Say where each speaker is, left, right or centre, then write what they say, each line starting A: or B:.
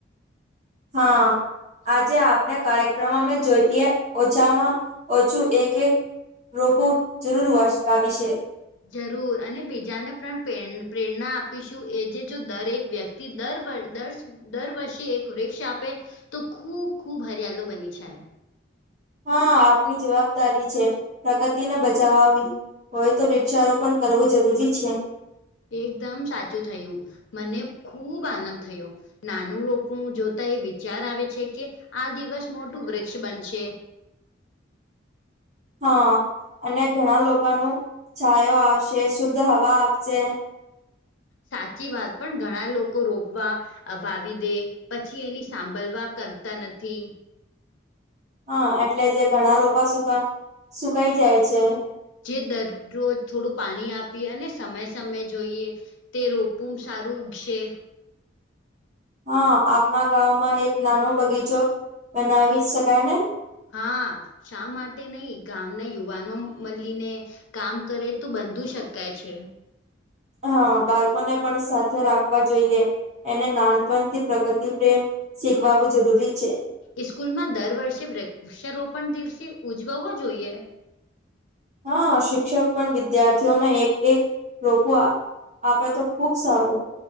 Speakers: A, on the right; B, on the left.
A: હા. આજેઆપણે કાર્યક્રમમાં જોઈએ ઓછામાં ઓછું એક રોપો જરૂર વસ્તાવી છે.
B: જરૂર અને બીજાને પણ પ્રેરણા આપીશું એ જે જો દરેક વ્યક્તિ તે દર વર દશ દરવર્ષે એક વૃક્ષ આપે તો ખૂબ ખૂબ હરિયાલો બની જાય.
A: હા આપણીજવાબદારી છે પ્રકૃતિને બચાવવી હોય તો વૃક્ષારોપણ કરવું જરૂરી છે.
B: એકદમ સાચું થયું મને ખૂબ આનંદ થયો. નાનું રોપવું જોતા એ વિચાર આવે છે કે આ દિવસ મોટું વૃક્ષ બનશે
A: હા અને ઘણા લોકો ને છાયો આપશે શુદ્ધ હવા આપશે.
B: સાચી વાત પણ ઘણા લોકો રોપવા આવાવી દે પછી એની સાભલવા કરતા નથી.
A: હા એટલે જે ઘણા રોપા સુકા સુકાઈ જાય છે.
B: જે દરરોજ થોડું પાણી આપી અને સમય સમય જોઈએ. તે રોપુ સારું ઉગશે
A: હા આપણા ગામમાં એક નાનો બગીચો બનાવી જ શકાય ને
B: હા શા માટે નહી ગામના યુવાનો મળીને કામ કરે તો બંધુ શકાય છે.
A: હા બાળકોને પણ સાથે રાખવા જોઈએ. એને નાનપણથી પ્રકૃતિ પ્રેમ શીખાળવો જરૂરી છે.
B: ઈસ્કૂલમાં દર વર્ષે વૃક્ષારોપણ દિવસ ઉજવવો જોઈએ.
A: હા શિક્ષક પણ વિદ્યાર્થીઓને એક એક રોપવા આપે તો ખુબ સારું.